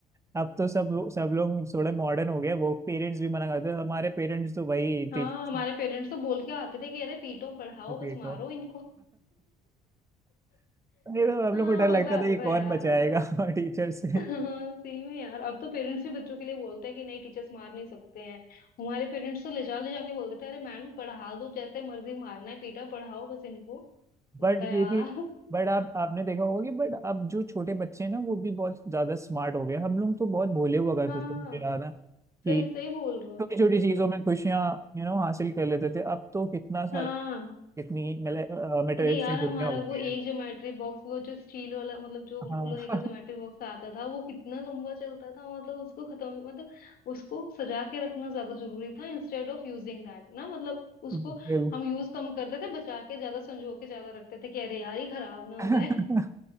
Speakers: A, on the right; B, on the left.
A: अब तो सब लोग सब लोग थोड़े मॉडर्न हो गए वो पेरेंट्स भी मना करते हैं हमारे पेरेंट्स तो वही
B: हाँ
A: टीचर
B: हमारे पेरेंट्स तो बोल के आते थे कि अरे पीटो पढ़ाओ
A: पीटो
B: बस मारो इनको <laughs>
A: ये तो हम
B: हाँ
A: लोग को डर लगता
B: मजा
A: था
B: आता
A: ये कौन
B: था यार
A: बचाएगा <laughs> टीचर से
B: <laughs> हाँ सही में यार अब तो पेरेंट्स भी बच्चों के लिए बोलते हैं कि नहीं टीचर्स मार नहीं सकते हैं हमारे पेरेंट्स तो ले जा ले जाके बोलते थे अरे मैडम पढ़ा दो जैसे मर्जी मारना है पीटा पढ़ाओ बस इनको मैंने
A: बट
B: कहा यार
A: ये भी बट आप आपने देखा होगा कि बट अब जो छोटे बच्चे हैं ना वो भी बहुत ज्यादा स्मार्ट हो गए हम लोग तो बहुत भोले हुआ करते
B: हाँ
A: थे मुझे याद है कि
B: सही सही बोल रहे हो
A: छोटी
B: सही
A: छोटी
B: बोल
A: चीजों
B: रहे हो
A: में खुशियां यू नो हासिल कर लेते थे अब तो कितना सारा
B: हाँ
A: कितनी मेले- अ, मेटावेव
B: अरे यार
A: से
B: हमारा
A: दुनिया हो गई
B: वो एक
A: है
B: ज्योमेट्री बॉक्स वो जो स्टील वाला मतलब जो
A: हाँ
B: लोहे
A: <laughs>
B: का ज्योमेट्री बॉक्स आता था वो कितना लंबा चलता था मतलब उसको खत्म मतलब उसको सजा के रखना ज्यादा जरूरी था इंस्टेड ऑफ यूजिंग दैट ना मतलब उसको
A: बिल्कुल
B: हम यूज कम करते थे बचा के ज्यादा संजो के ज्यादा रखते थे कि अरे यार ये खराब ना
A: <laughs>
B: हो जाए